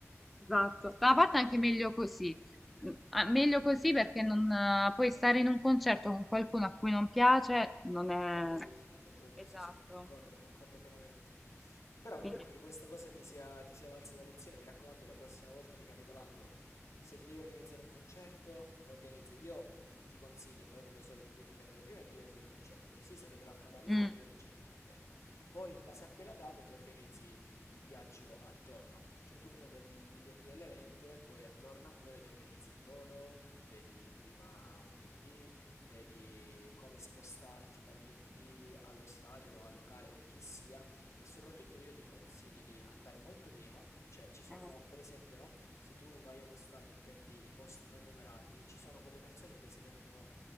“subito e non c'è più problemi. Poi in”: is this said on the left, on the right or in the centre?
Left